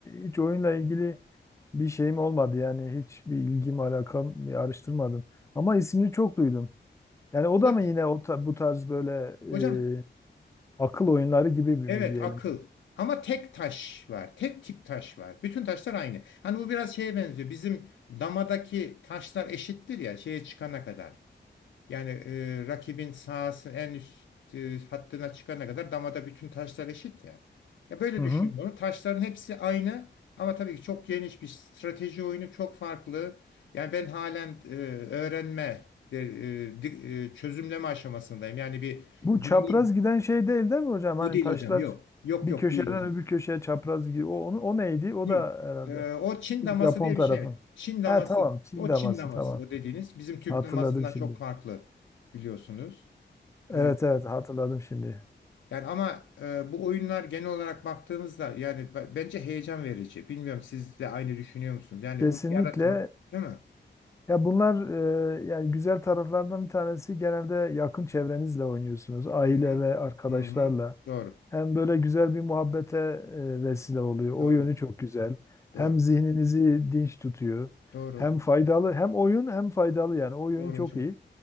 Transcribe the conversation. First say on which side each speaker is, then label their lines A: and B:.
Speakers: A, on the left; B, on the left.
A: hiç oyunla ilgili bir şeyim olmadı yani hiçbir ilgim alakam bir araştırmadım. Ama ismini çok duydum. Yani o
B: O
A: da
B: da,
A: mı yine o ta- bu tarz böyle
B: hocam
A: e, akıl oyunları gibi bir
B: evet
A: mi diyelim?
B: akıl. Ama tek taş var. Tek tip taş var. Bütün taşlar aynı. Hani bu biraz şeye benziyor. Bizim damadaki taşlar eşittir ya şeye çıkana kadar. Yani e, rakibin sahasının en üst e, hattına çıkana kadar damada bütün taşlar eşit ya. Ya böyle
A: Hı hı.
B: düşün bunu. Taşların hepsi aynı ama tabii ki çok geniş bir strateji oyunu çok farklı. Yani ben halen e, öğrenme, de- e, di- e, çözümleme aşamasındayım. Yani bir
A: Bu
B: biliyorum.
A: çapraz giden şey değil değil mi hocam?
B: O
A: Hani
B: değil
A: taşlar
B: hocam yok. Yok
A: bir
B: yok
A: köşeden
B: değil hocam.
A: öbür köşeye çapraz gidiyor. O, onu, o neydi? O
B: Değil.
A: da herhalde
B: Ee, o Çin daması
A: Japon
B: diye
A: tarafın.
B: bir şey. evet. Çin daması.
A: Ha tamam Çin
B: O
A: daması
B: Çin daması
A: tamam.
B: o dediğiniz bizim Türk
A: Hatırladım
B: damasından
A: şimdi.
B: çok farklı biliyorsunuz.
A: Evet
B: Ee,
A: evet hatırladım şimdi.
B: yani ama e, bu oyunlar genel olarak baktığımızda yani b- bence heyecan verici. Bilmiyorum siz de aynı düşünüyor musunuz? Yani
A: Kesinlikle
B: bunu yaratmak değil mi?
A: Ya bunlar e, yani güzel taraflardan bir tanesi genelde yakın çevrenizle oynuyorsunuz. Aile
B: Hı hı.
A: ve arkadaşlarla.
B: Hı hı. Doğru.
A: Hem böyle güzel bir muhabbete e, vesile oluyor.
B: Doğru.
A: O yönü çok güzel. Hem
B: Doğru.
A: zihninizi dinç tutuyor.
B: Doğru
A: Hem
B: hocam.
A: faydalı hem oyun hem faydalı yani o yönü
B: Doğru
A: çok
B: hocam.
A: iyi.